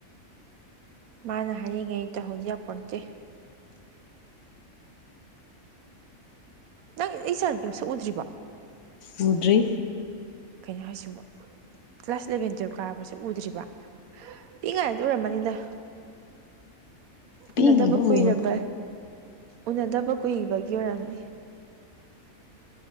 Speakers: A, on the right; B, on the left.
A: ꯃꯥꯅ ꯍꯥꯏꯌꯦꯉꯦ ꯑꯩ ꯇ ꯍꯧꯗꯤꯌꯥ ꯄꯇ ꯅꯪ ꯑꯩ ꯆꯥꯝꯁꯎꯗ꯭ꯔꯤꯕ
B: ꯃꯨꯗ꯭ꯔꯤ
A: ꯀꯩꯅꯣ ꯍꯥꯏꯁꯤꯕ ꯀ꯭ꯂꯥꯁ ꯏꯂꯦꯚꯦꯟ ꯇꯨꯋꯜꯞ ꯀꯥꯕꯁꯨ ꯎꯗ꯭ꯔꯤꯕ ꯄꯤꯛꯉꯥꯏꯗꯤ ꯑꯣꯏꯔꯝꯃꯅꯤꯗ ꯅ
B: ꯄꯤꯛꯏꯉꯩꯗ
A: ꯅꯗꯕ ꯀꯏ
B: ꯎꯔꯕ
A: ꯔꯕꯥ ꯎꯅꯗꯕ ꯀꯨꯏꯕꯒꯤ ꯑꯣꯏꯔꯝꯃꯤ